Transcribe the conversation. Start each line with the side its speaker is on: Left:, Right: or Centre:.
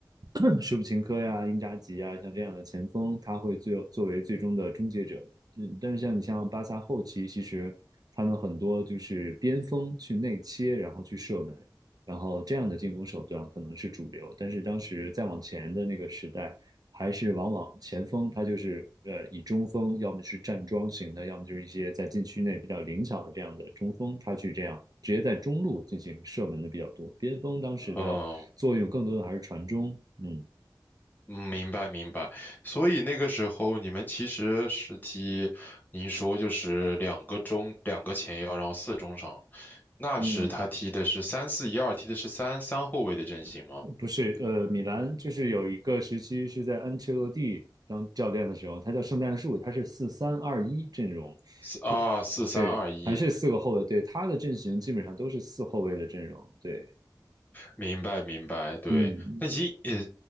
Right: <coughs> 舍甫琴科呀、英扎吉呀，像这样的前锋，他会最作为最终的终结者。嗯，但是像你像巴萨后期，其实他们很多就是边锋去内切，然后去射门，然后这样的进攻手段可能是主流。但是当时再往前的那个时代，还是往往前锋他就是呃以中锋，要么是站桩型的，要么就是一些在禁区内比较灵巧的这样的中锋，他去这样直接在中路进行射门的比较多。边锋当时的作用更多的还是传中，
Left: 哦
Right: 嗯。
Left: 嗯，明白明白。所以那个时候你们其实是踢，您说就是两个中两个前腰，然后四中场。那时他踢的是三四一二，
Right: 嗯，
Left: 踢的是三三后卫的阵型吗？
Right: 不是，呃，米兰就是有一个时期是在安切洛蒂当教练的时候，他叫圣诞树，他是四三二一阵容，
Left: 四啊，
Right: 对，
Left: 四三二一。
Right: 对，还是四个后卫，对，他的阵型基本上都是四后卫的阵容，对，
Left: 明白明白，对。
Right: 嗯，
Left: 那英呃，